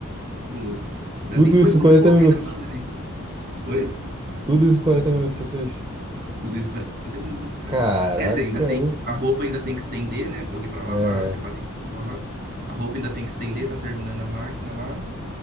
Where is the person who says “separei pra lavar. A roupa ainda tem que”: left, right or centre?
Right